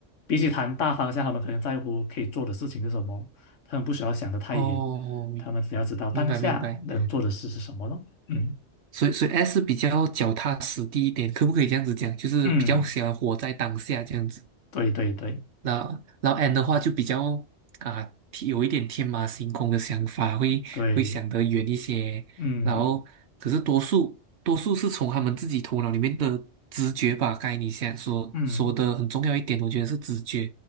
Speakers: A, on the left; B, on the right.
A: 比起谈大方向，他们可能在乎可以做的事情是什么。他们不需要想的太远，
B: 哦，明
A: 他们只要知道当下能做的事是什么咯。
B: 明白明白。
A: 嗯
B: 所以所以 S 比较脚踏实地一点，可不可以这样子讲？就是比较喜欢活在当下这样子。
A: 嗯，对对对
B: 那然后 N 的话就比较啊，有一点天马行空的想法，会会想得远一些。
A: 对，嗯
B: 然后，可是多数多数是从他们自己头脑里面的直觉吧。刚才你想说说的很重要一点，
A: 嗯
B: 我觉得是直觉。